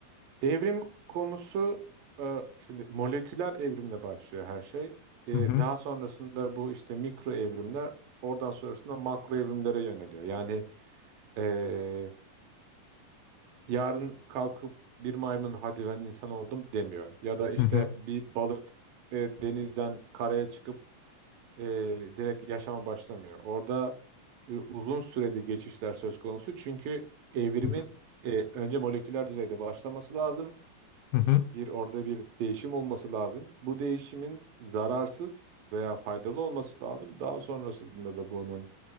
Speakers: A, on the right (about 75°); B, on the left (about 85°).
A: evrim konusu e, şimdi moleküler evrimle başlıyor her şey. Ee,
B: Hı hı.
A: daha sonrasında bu işte mikro evrimler oradan sonrasında makro evrimlere yöneliyor. Yani e, yarın kalkıp bir maymun hadi ben insan oldum demiyor. Ya da işte
B: Hı hı.
A: bir balık e, denizden karaya çıkıp e, direkt yaşama başlamıyor. Orada e, uzun süreli geçişler söz konusu. Çünkü evrimin
B: Hı hı.
A: e, önce moleküler düzeyde başlaması lazım.
B: Hı hı.
A: Bir orada bir değişim olması lazım. Bu değişimin zararsız veya faydalı olması lazım. Daha sonrasında da bunun